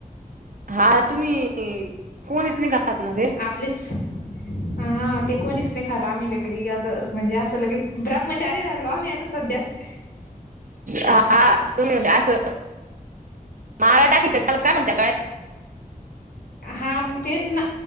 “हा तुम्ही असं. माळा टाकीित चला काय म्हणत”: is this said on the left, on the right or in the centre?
Right